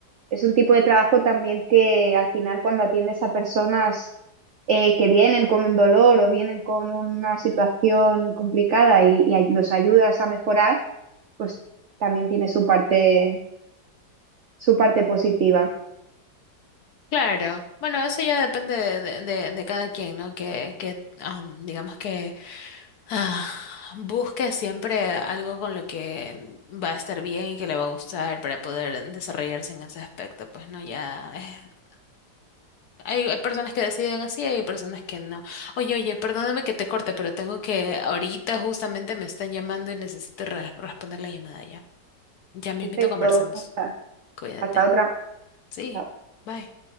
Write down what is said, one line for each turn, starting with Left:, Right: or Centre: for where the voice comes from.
Right: Es un tipo de trabajo también que al final cuando atiendes a personas eh, que vienen con un dolor o vienen con una situación complicada y, y ay- los ayudas a mejorar, pues también tiene su parte, su parte positiva.
Left: Claro, bueno, eso ya depende de, de- de- de cada quien, ¿no? Que, que am, digamos que ah, busque siempre algo con lo que va a estar bien y que le va a gustar para poder desarrollarse en ese aspecto. Pues no, ya eh, hay, hay personas que deciden así, hay personas que no. Oye, oye, perdóname que te corte, pero tengo que, ahorita justamente me están llamando y necesito re- responder la llamada ya. Ya mismito
Right: Perfecto,
Left: conversamos.
Right: hasta,
Left: Cuídate.
Right: hasta otra.
Left: Sí,
Right: Chao.
Left: bye.